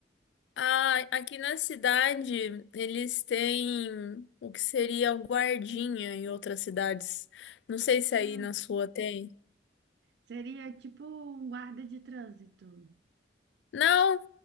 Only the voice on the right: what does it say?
Ah,
seria tipo um guarda de trânsito.